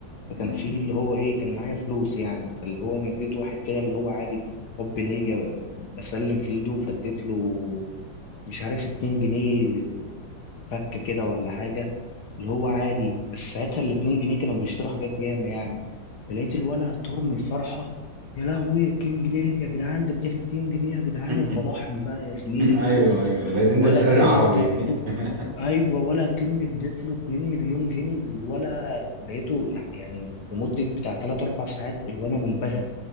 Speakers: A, on the left; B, on the right.
A: فكان
B: مم.
A: في اللي هو إيه كان معايا فلوس يعني فاللي هو أنا اديت واحد كده اللي هو عادي حب نية بسلم في ايده فاديت له مش عارف 2 جنيه فكه كده ولا حاجه اللي هو عادي بس ساعتها الاتنين جنيه كانوا بيشتروا حاجات ياما يعني فلقيت الولع طار من الفرحه يا لهوي اتنين جنيه يا جدعان ده اداني اتنين جنيه يا جدعان
B: <laughs>
A: وفضحني بقى يا زميلي
B: ايوه
A: وبص
B: ايوه بقيت انت
A: ولا
B: السر
A: كأني
B: العربي
A: اديت له
B: <laughs>
A: ايوه ولا كأني اديت له 2 مليون جنيه والولا لقيته لا يعني لمده بتاع 3 4 ساعات الولا منبهر